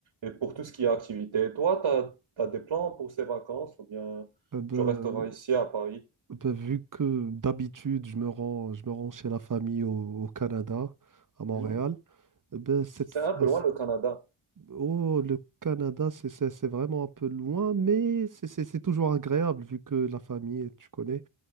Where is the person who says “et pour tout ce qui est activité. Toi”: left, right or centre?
Right